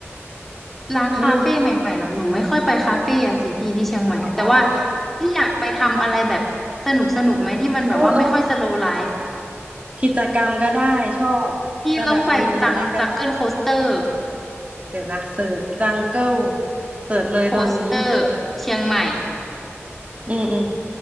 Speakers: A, in the centre; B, on the right (about 30°).
A: ร้านคาเฟ่ใหม่ๆแล้วหนูไม่ค่อยไปคาเฟ่อะสิพี่ที่เชียงใหม่อะแต่ว่า
B: ไม่อ๋อ
A: พี่อยากไปทำอะไรแบบสนุกสนุกไหมที่มันแบบว่าไม่ค่อยสโลว์ไลฟ์
B: โอ้โอ้กิจกรรมก็ได้ชอบจะแบบลุยอะไรก็ได้
A: พี่ต้องไปจังจังเกิลโคสเตอร์
B: เดี๋ยวนะเสิร์ชจังเกิลเสิร์ชเลยตอนนี้
A: โคสเตอร์เชียงใหม่
B: อืมอืม